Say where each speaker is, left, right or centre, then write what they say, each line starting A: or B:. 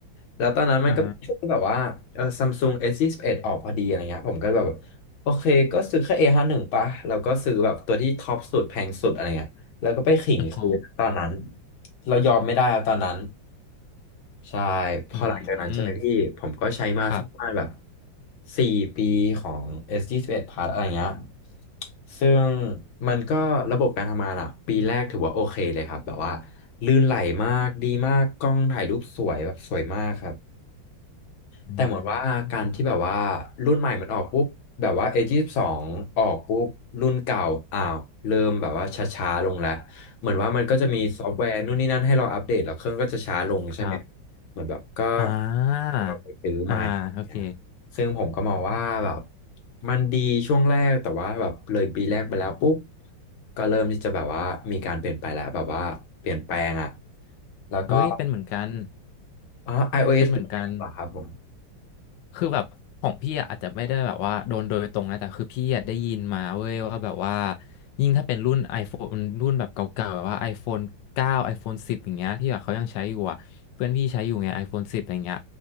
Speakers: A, on the left (about 85°); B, on the left (about 70°).
A: แล้วตอนนั้นมันก็เป็นช่วงแบบว่าเออซัมซุงเอสยี่สิบเอ็ดออกพอดีอะไรเงี้ยผมก็แบบ
B: อ่า
A: โอเคก็ซื้อแค่ A51 ปะ แล้วก็ซื้อแบบตัวที่ท็อปสุดแพงสุดอะไรเงี้ยแล้วก็ไปขิงคืนตอนนั้น
B: โอ้โห
A: เรายอมไม่ได้ครับตอนนั้น ใช่ พอหลังจากนั้นใช่ไหมพี่
B: อืม
A: ผมก็ใช้มาสักประมาณแบบ
B: ครับ
A: สี่ปีของ S21 Plus อะไรเงี้ยซึ่งมันก็ระบบการทำงานอะปีแรกถือว่าโอเคเลยครับ แบบว่าลื่นไหลมากดีมาก กล้องถ่ายรูปสวยแบบสวยมากครับ
B: อืม
A: แต่เหมือนว่าการที่แบบว่ารุ่นใหม่มันออกปุ๊บแบบว่า A22 อยี่สิบสองออกปุ๊บรุ่นเก่าอ้าวเริ่มแบบว่าช้าๆลงแล้วเหมือนว่ามันก็จะมีซอฟต์แวร์นู่นนี่นั่นให้เราอัปเดตแล้วเครื่องก็จะช้าลงใช่ไหม
B: อืมครับ
A: เหมือนแบบก็
B: อ่า
A: ให้เราไปซื้อใหม่อย่างเงี้ย
B: อ่าโอเค
A: ซึ่งผมก็มองว่าแบบมันดีช่วงแรกแต่ว่าแบบเลยปีแรกไปแล้วปุ๊บก็เริ่มที่จะแบบว่ามีการเปลี่ยนไปแล้วแบบว่าเปลี่ยนแปลงอ่ะแล้วก็
B: เฮ้ยเป็นเหมือนกัน
A: อ๋อ iOS
B: เป็นเหมือนกัน
A: เป็นไงบ้างครับผม
B: คือแบบของพี่อะอาจจะไม่ได้แบบว่าโดนโดยตรงนะแต่คือพี่อะได้ยินมาเว้ยว่าแบบว่ายิ่งถ้าเป็นรุ่น iPhone รุ่นแบบเก่าๆแบบว่า iPhone 9 iPhone 10 อย่างเงี้ยที่แบบเขายังใช้อยู่อะเพื่อนพี่ใช้อยู่ไง iPhone 10อย่างเงี้ย